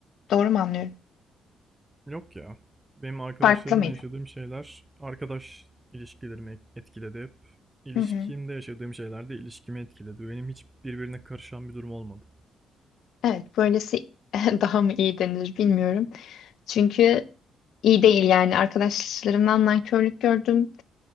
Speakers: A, on the left (about 75°); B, on the right (about 15°).
A: Doğru mu anlıyorum?
B: Yok ya. Benim arkadaşlarımla
A: Farklı mıydı?
B: yaşadığım şeyler arkadaş ilişkilerimi etkiledi hep. İlişkimde
A: Hı hı.
B: yaşadığım şeyler de ilişkimi etkiledi. Benim hiç birbirine karışan bir durum olmadı.
A: Evet, böylesi <laughs> daha mı iyi denir bilmiyorum. Çünkü iyi değil yani arkadaşlarımdan nankörlük gördüm.